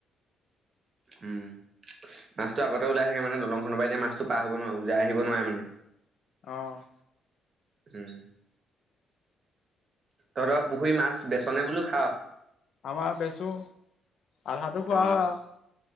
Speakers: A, on the right; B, on the left.
A: উম। মাছটো আগতে ওলাই থাকে মানে, দলংখনৰ পৰা এতিয়া মাছটো পাৰ হ'ব নোৱাৰে ওলাই আহিব নোৱাৰে মানে।
B: অ'।
A: উম। তহঁতৰ পুখুৰী মাছ বেচনে বোলো খাওঁ?
B: আমাৰ বেচো, আধাটো খোৱা
A: অ',
B: হয় আৰু।